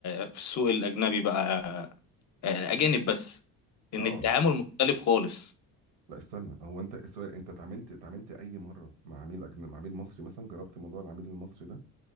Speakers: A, on the left; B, on the right.
A: في السوق الاجنبي بقى آه، الاجانب بس ان
B: اه
A: التعامل مختلف خالص
B: لا استنى هو انت السؤال انت اتعاملت اتعاملت اي مره مع عميل أجن... مع عميل مصري مثلا جربت موضوع العميل المصري ده